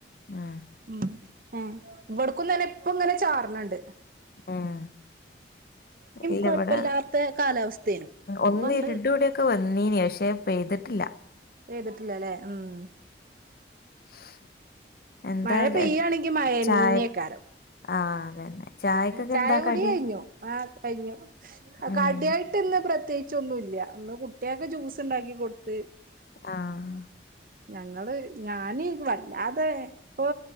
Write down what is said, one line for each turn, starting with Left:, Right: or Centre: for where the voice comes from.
Left: ഉം
Right: ഉ ആ ഇവിടക്കുംന്ന്ഞന്നെ ഇപ്പ ഇങ്ങനെ ചാർണണ്ട്
Left: ഉം ഇല്ല
Right: കൊഴപ്പില്ലാത്ത
Left: ഇവിടെ
Right: കാലാവസ്ഥേനു
Left: ഒന്ന
Right: ഇപ്പണ്ട്
Left: ഇരുട കൂടെൊക്കെ വന്നീന പക്ഷെ പെയ്തിട്ടില്ല
Right: വഏത് <unintelligible> ല്ലേ ഉം <unintelligible>
Left: <inaudible> <unintelligible> എന്താ
Right: മഴ പെയ്യയാണെങ്കിെയക്കാലും
Left: ര- ചായ ആ അതന്നെ ചായക്കൊക്കെ
Right: ചായ
Left: എന്താ
Right: കൊടി
Left: കടി
Right: കഴിഞ്ഞു ആ കഴിഞ്ഞു
Left: ഉം
Right: കടിയായിട്ട്ന്ന് പ്രത്യേകിച്ച് ൊന്നുംല്ല അന്ന് കുട്ടിയൊക്കെ ജ്യൂസ് ഉണ്ടാക്കി കൊടുത്ത്
Left: ആ
Right: ഞങ്ങള് ഞാന് വല്ലാതെ ഇപ്പൊ